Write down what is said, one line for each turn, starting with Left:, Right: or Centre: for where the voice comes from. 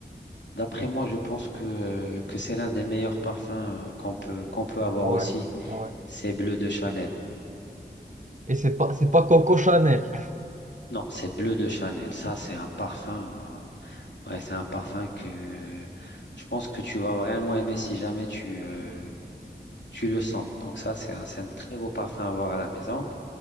Left: D'après moi, je pense que, que c'est l'un des meilleurs parfums euh, qu'on peut, qu'on peut avoir
Right: Ah
Left: aussi.
Right: ouais. Ah ouais.
Left: C'est Bleu de Chanel.
Right: Et c'est pas, c'est pas Coco Chanel.
Left: Non, c'est Bleu de Chanel. Ça, c'est un parfum. euh, ouais, c'est un parfum que je pense que tu vas vraiment aimer si jamais tu, euh, tu le sens. Donc ça, c'est un, c'est un très beau parfum à avoir à la maison.